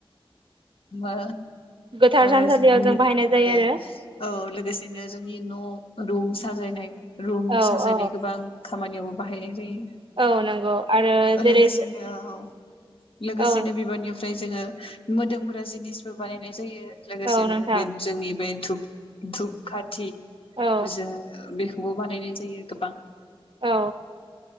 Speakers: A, on the left (about 65°); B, on the right (about 60°).
A: मा
B: गोथार
A: ओ
B: थानसालियाव जों बाहायनाय जायो आरो
A: औ लोगोसेनो जोंनि न' रुम साजायनाय रुम
B: औ
A: साजायनाय
B: औ
A: गोबां खामानियावबो बाहायनाय जायो।
B: औ नंगौ आरो जेरै
A: लोगोसेनो औ लोगोसेनो
B: औ
A: बिबारनि फ्राय जोङो मोदोमग्रा जिनिसबो बानायनाय जायो लोगोसेनो
B: औ नोंथां
A: बे जोंनि बे धुप धुप खाथि
B: औ
A: जो बेखौबो बानायनाय जायो गोबां
B: औ